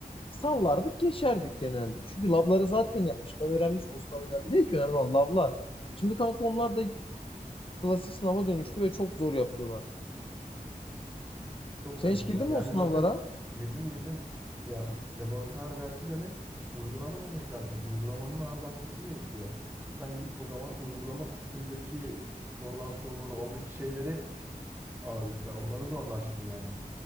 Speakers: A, on the left; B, on the right.
A: Sallardık geçerdik genelde. Çünkü labları zaten yapmış. Ben öğrenmiş bu sınav önemli değil ki. Önemli olan lablar. Şimdi kanka onlar da klasik sınava dönüştü ve çok zor yapıyorlar.
B: Çok
A: Sen
B: garip
A: hiç girdin
B: ya. Yani
A: mi o sınavlara?
B: zaten girdim girdim. Ya laboratuvar dersi demek uygulama demek zaten. Uygulamanın ağır basması gerekiyor. Sen git o zaman uygulama kısmındaki sorulan soruları oradaki şeylere ağırlık ver. Onları zorlaştır yani.